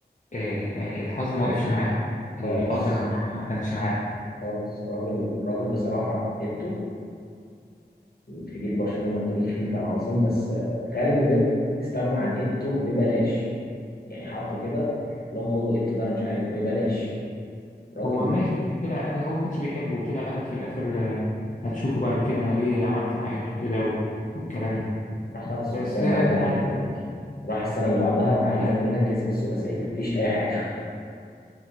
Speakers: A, on the left; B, on the left.
A: ال- يعني الحظ ما وقفش معاهم
B: خالص
A: القدر برضه ما كانش معاهم
B: خالص الراجل الراجل بصراحة ايتو في جيل برشلونة التاريخي كان عظيم بس آه، تخيل ان بيب استغنى عن ايتو ببلاش يعني حطه كده قال لهم خدوا ايتو ده انا مش عايزه ببلاش راجل
A: هو ماشي طلع قال هو ما كانش بيحبه وطلع قال لك في الاخر آه، هتشوفوا بعد كده انا ليه عملت مع ابته كده و- والكلام ده
B: راح خد الثلاثية
A: بس
B: مع
A: آه،
B: انتر
A: يعني
B: ميلان عادي راح السنة اللي بعدها مع انتر
A: آه،
B: ميلان كسب الثلاثية مفيش أي حاجة